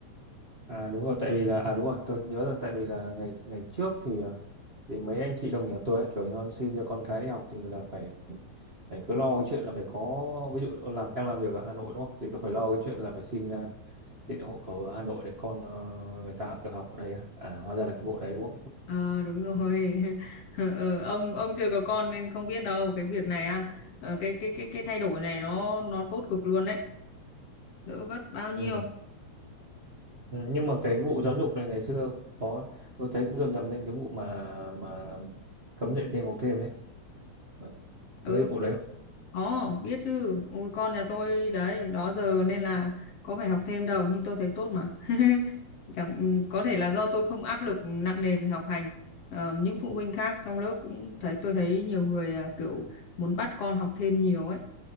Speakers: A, on the right; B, on the left.
A: À đúng rồi tại vì là à đúng rồi, tôi nhớ rồi tại vì là ngày ngày trước thì à, thì mấy anh chị đồng nghiệp tôi ấy, kiểu như xin cho con cái đi học thì là phải phải cứ lo cái chuyện là phải có ví dụ làm đang làm việc ở Hà Nội đúng không? Thì cứ phải lo cái chuyện là phải xin à, tiện hộ khẩu ở Hà Nội để con ờ, người ta học được học ở đây á. À hóa ra là cái vụ đấy đúng không?
B: Ờ đúng rồi <laughs> ừ, ông ông chưa có con nên không biết đâu cái việc này à ờ, cái cái cái cái thay đổi này nó nó tốt cực luôn đấy đỡ vất bao nhiêu
A: Ừ. Ừ, nhưng mà cái vụ giáo dục này ngày xưa có tôi thấy cũng rầm rầm lên cái vụ mà mà cấm dạy thêm học thêm đấy Ờ,
B: ừ
A: với vụ đấy không?
B: có biết chứ ui con nhà tôi đấy đó giờ nên là có phải học thêm đâu nhưng tôi thấy tốt mà <laughs> chẳng ừ, có thể là do tôi không áp lực nặng nề về học hành Ờ, những phụ huynh khác trong lớp cũng thấy tôi thấy nhiều người là kiểu muốn bắt con học thêm nhiều ấy